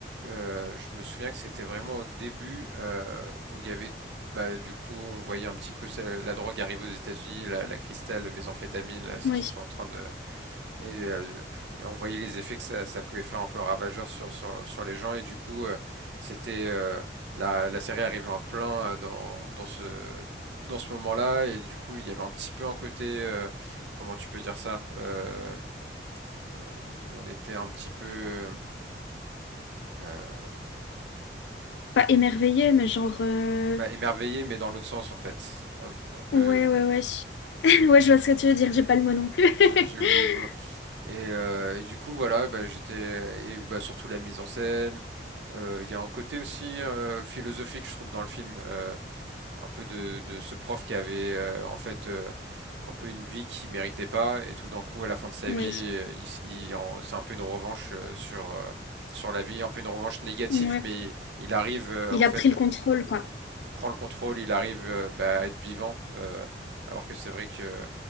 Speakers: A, on the right; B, on the left.
A: euh, je me souviens que c'était vraiment au début euh, où il y avait bah du coup on voyait un petit peu ça- la drogue arriver aux États-Unis, la, la cristal, le méthamphétamine là, ce
B: Oui.
A: qu'ils sont en train de Et, euh, et on voyait les effets que ça, ça pouvait faire un peu ravageur sur, sur, sur les gens. Et du coup, euh, c'était euh, la, la série arrivait en plein euh, dans, dans ce, dans ce moment-là. Et du coup, il y avait un petit peu un côté, euh, comment tu peux dire ça, euh, euh, où on était un petit peu euh,
B: Pas émerveillé, mais genre, euh,
A: bah, émerveillé, mais dans l'autre sens, en fait. Un, un peu,
B: ouais, ouais, ouais. <laughs> Ouais, je vois ce que tu veux dire, j'ai pas le mot non plus.
A: j'ai j'ai
B: <laughs>
A: oublié le mot. Et, euh, et du coup, voilà, bah, j'étais et bah, surtout la mise en scène. Euh, Il y a un côté aussi euh, philosophique, je trouve, dans le film, euh, un peu de, de ce prof qui avait euh, en fait euh, un peu une vie qu'il méritait pas, et tout d'un coup, à la fin de sa
B: Oui.
A: vie, euh, il, il en- c'est un peu une revanche euh, sur euh, sur la vie, un peu une revanche négative,
B: Ouais.
A: mais il, arrive euh,
B: Il
A: en fait
B: a pris le contrôle, quoi.
A: il prend le contrôle, il arrive euh, bah, à être vivant, euh, alors que c'est vrai que euh,